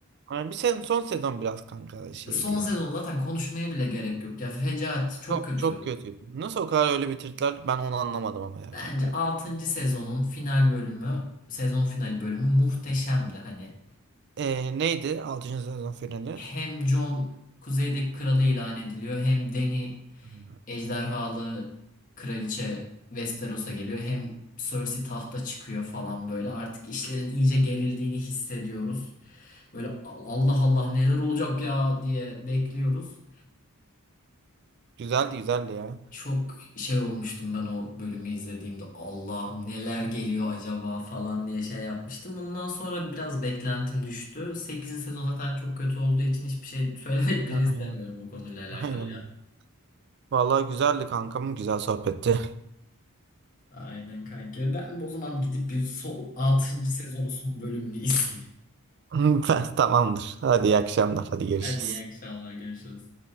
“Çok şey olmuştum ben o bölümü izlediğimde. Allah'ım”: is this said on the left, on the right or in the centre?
Left